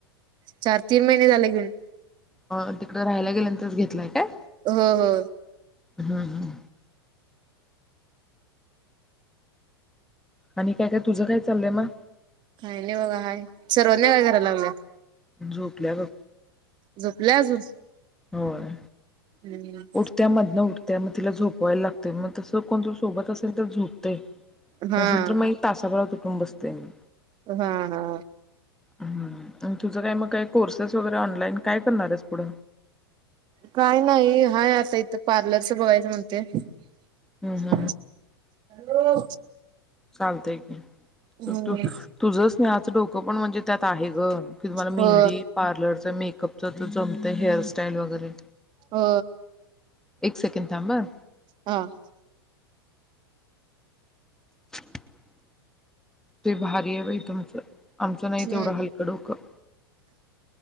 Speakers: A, on the right; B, in the centre.
A: चार तीन महिने झाल घेऊन.
B: बर तिकडं राहायला गेल्यानंतरच घेतलाय काय?
A: हो
B: हं हं आणि काय काय तुझं काय चाललंय मग?
A: काय नाही बघा हाय सर्वज्ञा काय करायला लागली...
B: झोपल्या बघ.
A: झोपल्या अजून?
B: होय.
A: हम्म
B: उठत्या मधन उठ त्यामुळं तिला झोपवायला लागतंय मग तसं कोण जर सोबत असेल तर झोप <unintelligible>
A: हा
B: नसेल तर मग ही तासाभरात उठुन बसते मग....
A: हा हा
B: आणि तुझं काय मग काय कोर्सेस वगैर ऑनलाईन काय करणार आहेस पुढ?
A: काय नाही हाय आता इथं पार्लरच बघायचं म्हणते <inaudible>
B: हम्म हम्म
A: हॅलो
B: चालतय की
A: हम्म
B: तू तुझ स्नेहाचं डोकं पण म्हणजे त्यात आहे ग की तुम्हाला मेहंदी
A: हो
B: पार्लर मेकअपच तर जमत हेअरस्टाईल वगैरे...
A: हो
B: एक सेकंड थांब हं
A: हा...
B: <unintelligible> ते भारी आहे बाई तम... आमचं नाही
A: हम्म
B: तेवढं हलकं डोकं...